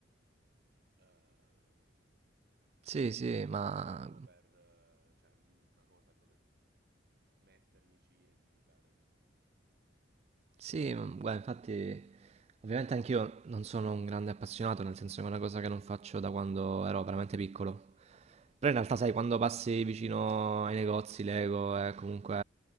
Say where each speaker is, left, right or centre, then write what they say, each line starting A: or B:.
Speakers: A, on the right (about 60°); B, on the right (about 35°).
A: Ehm,
B: Sì,
A: mi
B: sì,
A: serve
B: ma
A: del tempo per, eh, cioè, mm, una cosa dove mettermici e dedicare del tempo.
B: Sì, ma guarda, infatti, ovviamente anch'io non sono un grande appassionato, nel senso che è una cosa che non faccio da quando ero veramente piccolo. Però in realtà, sai, quando passi vicino ai negozi, Lego e comunque,